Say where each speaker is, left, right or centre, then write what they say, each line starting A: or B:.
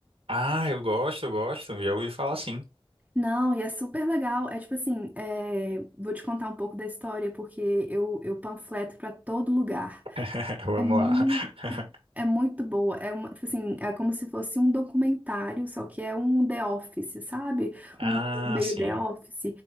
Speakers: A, on the right; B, on the right.
A: Ah, eu gosto, eu gosto. Já ouvi falar sim.
B: Não, e é super legal. É tipo assim, é, vou te contar um pouco da história, porque eu, eu panfleto pra todo lugar.
A: <laughs> Vamos
B: É muito,
A: lá. <laughs>
B: é muito boa. É uma, tipo assim, é como se fosse um documentário, só que é um The Office, sabe?
A: Ah,
B: Um meio
A: sim.
B: The Office,